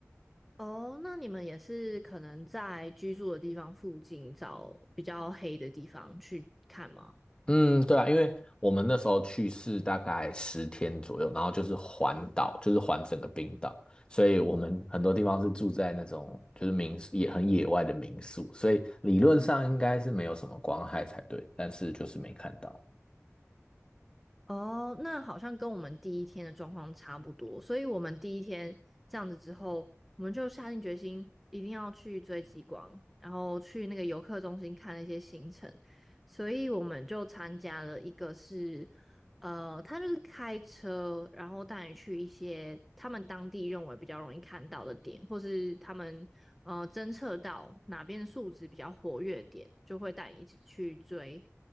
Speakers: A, in the centre; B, on the left (about 20°).
A: 哦，那你们也是可能在居住的地方附近找比较黑的地方去看吗？
B: 嗯，对啊，因为我们那时候去是大概十天左右，然后就是环岛，就是环整个冰岛，所以我们很多地方是住在那种就是民宿，也很野外的民宿，所以理论上应该是没有什么光害才对，但是就是没看到。
A: 哦，那好像跟我们第一天的状况差不多，所以我们第一天这样子之后，我们就下定决心一定要去追极光，然后去那个游客中心看那些行程，所以我们就参加了一个是，呃，他就是开车，然后带你去一些他们当地认为比较容易看到的点，或是他们呃侦测到哪边的数值比较活跃点，就会带你一起去追。